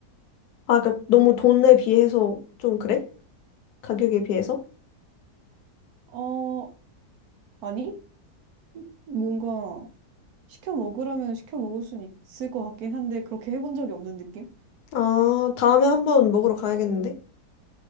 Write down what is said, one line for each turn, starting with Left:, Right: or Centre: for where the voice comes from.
Left: 아, 그러니까 너무 돈에 비해서 좀 그래? 가격에 비해서?
Right: 어, 아니? 뭔가 시켜 먹으라면 시켜 먹을 수는 있을 것 같긴 한데, 그렇게 해본 적이 없는 느낌?
Left: 아, 다음에 한번 먹으러 가야겠는데?